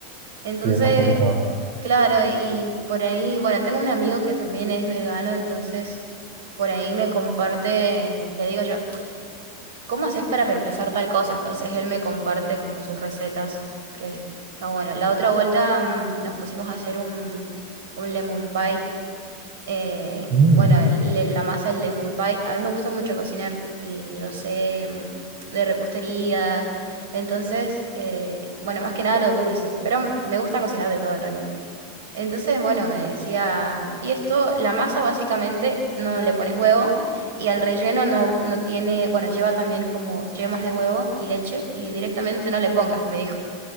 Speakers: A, on the right; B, on the right.
A: Entonces,
B: sí, es más complicado.
A: claro, y por ahí, bueno, tengo un amigo que también es vegano, entonces por ahí me comparte, le digo yo, ¿cómo haces para reemplazar tal cosa? Entonces él me comparte como sus recetas, que es- está bueno. La otra vuelta mm, nos pusimos a hacer un, un lemon pie. eh,
B: Mm.
A: bueno, el- el- la masa del lemon pie. A mí me gusta mucho cocinar y yo sé mm, de repostería. Entonces, eh, bueno, más que nada lo dulce, pero me gusta cocinar de todo en realidad. Entonces, bueno, me decía, y esto, la masa básicamente no le pones huevo y al relleno no, no tiene, bueno, lleva también como yemas de huevo y leche y directamente no le pongas, me dijo.